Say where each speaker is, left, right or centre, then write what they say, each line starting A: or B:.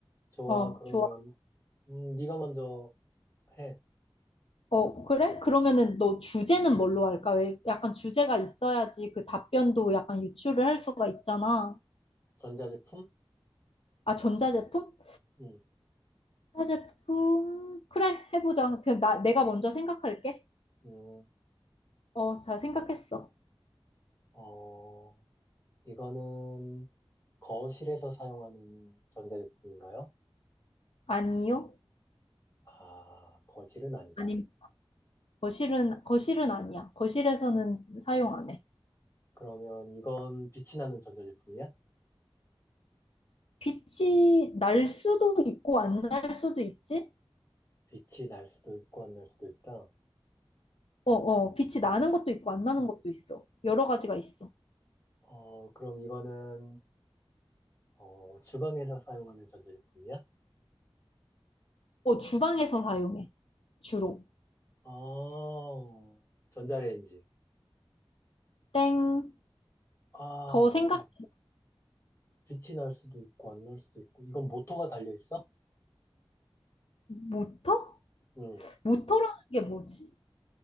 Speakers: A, on the left; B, on the left.
A: 좋아.
B: 어,
A: 그러면,
B: 좋아.
A: 음, 네가 먼저 해.
B: 어, 그래? 그러면은 너 주제는 뭘로 할까? 왜 약간 주제가 있어야지 그 답변도 약간 유추를 할 수가 있잖아.
A: 전자제품?
B: 아, 전자제품?
A: 음,
B: 전자제품? 그래, 해보자. 그럼 나, 내가 먼저 생각할게.
A: 음,
B: 어, 잘 생각했어.
A: 어, 이거는 거실에서 사용하는 전자제품인가요?
B: 아니요?
A: 아, 거실은 아니다.
B: 아님, 거실은, 거실은 아니야. 거실에서는 사용 안 해.
A: 그러면 이건 빛이 나는 전자제품이야?
B: 빛이 날 수도 있고, 안 날 수도 있지?
A: 빛이 날 수도 있고 안 날 수도 있다.
B: 어, 어, 빛이
A: 음,
B: 나는 것도 있고, 안 나는 것도 있어. 여러 가지가 있어.
A: 어, 그럼 이거는, 어, 주방에서 사용하는 전자제품이야?
B: 어, 주방에서 사용해, 주로.
A: 아, 전자레인지.
B: 땡.
A: 아,
B: 더 생각,
A: 그럼. 빛이 날 수도 있고, 안 날 수도 있고. 이건 모터가 달려있어?
B: 모터?
A: 응.
B: 모터라는 게 뭐지?